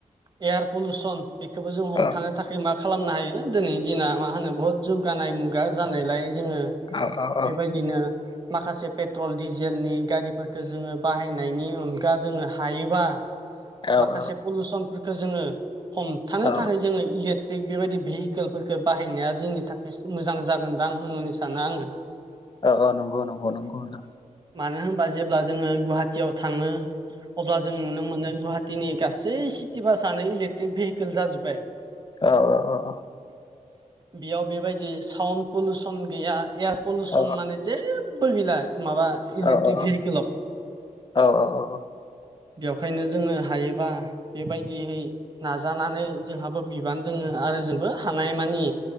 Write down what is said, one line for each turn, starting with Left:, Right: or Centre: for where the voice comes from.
Right: एयार पलुसन बेखौबो जों हमथानो
Left: औ
Right: थाखाय मा खालामनो हायो दिनैनि दिना मा होनो बुहुत जौगानाय मुगा जानायलाय जोङो।
Left: औ औ औ
Right: बेबायदिनो। माखासे पेट्रल डिजेलनि गारिफोरफोरखौ जोङो बाहायनायनि अनगा जोङो हायोबा।
Left: औ
Right: माखासे पलिउसनफोरखौ जोङो हमथानो
Left: औ
Right: थाखाय जोङो इलेट। ट्रिक बेबायदि भेहिकेलफोरखौ बाहायनाया जोंनि थाखाय मोजां जागोनदां आं होननानै सानो आङो। <inaudible>
Left: अ नंगौ नंगौ नंगौ।
Right: मानो होनबा जेब्ला जोङो गुवाहाटीआव थाङो अब्ला जों नुनो मोनो। दिनै गासै सिटि बासनो इलेक्ट्रिक भेहिकेल जाजोब्बाय।
Left: औ अ अ अ।
Right: बेयाव बेबायदि साउन्ड पलिउसन गैया एयार पलिुसन
Left: औ
Right: माने। जेबो गैला माबा इलेक्ट्रिक
Left: औ औ
Right: भेहिकेलाव
Left: औ औ औ।
Right: बेखायनो जोङो हायोबा बेबायदियै नाजानानै जोंहाबो। बिबान दङ आरो जोंबो हानाय मानि